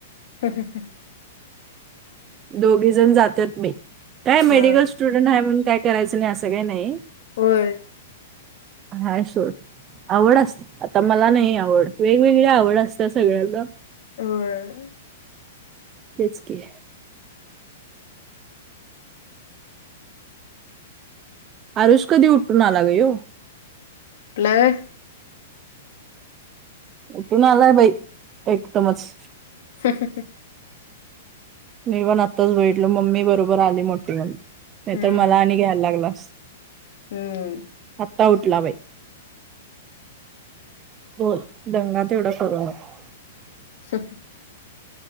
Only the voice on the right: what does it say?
दोघी जण जात्यात बाई काय मेडिकल
स्टू स्टुडंट आहे म्हणून काय करायचं नाही असं काही नाही
हाय सोड आवड असत्या आता मला नाही आवड वेगवेगळ्या आवड असत्या सगळ्यांना
तेच की आरुष कधी उठून आला गं ह्यो?
उठून आलाय बाई एकदमच
मी पण आत्ताच बघितलं मम्मी बरोबर आली मोठी होऊन नाहीतर
मला आणि घ्यायला लागला अस
आत्ता उठला बाई होय दंगा तेवढा करू नको